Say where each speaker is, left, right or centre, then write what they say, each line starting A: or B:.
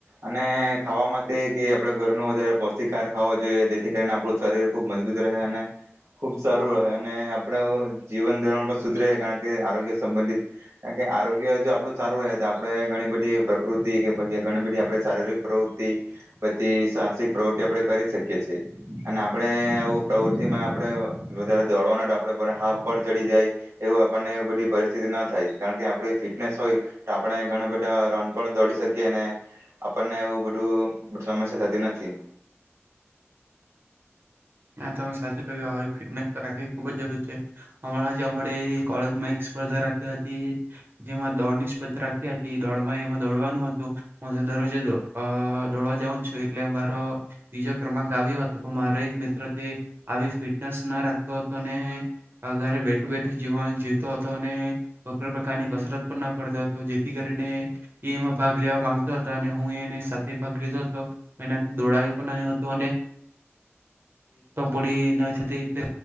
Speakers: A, on the right; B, on the right.
A: અને ખાવા માટે કે આપડે ઘરનો વધારે પૌષ્ટિકાર ખાવો જોઈએ જેથી કરીને આપણું શરીર ખૂબ મજબૂત રહે અને ખુબ સારું રહે અને આપડું જીવન ધરણ પણ સુધરે કારણ કે આરોગ્ય સંબંધિત કારણ કે આરોગ્ય જો આપણું સારું રહે તો આપણે ઘણી બધી પ્રકૃતિ કે ઘણી બધી આપણે શારીરિક પ્રવૃત્તિ બધી સાહસિક પ્રવૃત્તિ આપણે કરી શકીએ છીએ અને આપણે આવું પ્રવૃતિમાં આપણે વધારે દોડવાના આપણે બ હાફ પણ ચડી જાય એવું આપણને એ બધી પરિસ્થિતિ ન થાય કારણ કે આપણી ફિટનેસ હોય તો આપણે ઘણા બધા રન પણ દોડી શકીએ અને આપણને એવું બધું સમસ્યા થતી નથી
B: સાચ ફિટનેસ તો રાખવી ખુબ જ જરૂર છે હમં કોલેજમાં એક સ્પર્ધા રાખી હતી જેમાં દોડની સ્પર્ધા રાખી હતી દોડમાં એમાં દોડવાનું હતું હું દરરોજે દોડવા જાઉં છું એટલે મારો બીજો ક્રમાંક આવ્યો હતો પણ મારો એક્ર આવી ફિટનેસ ના રાખતો હતો અને અરે બેઠો બેઠું જીવા જીવતો હતો અને કો પ્રકારની કસરત પણ ના કરતો હતો જેથી કરીને એમાં ભાગ લેવા માંગતો હતો અને હું એ સાથે ભાગ લીધો હતો એ દોડાવી પણ ન હતો અને પૂરી ના થતી એટલે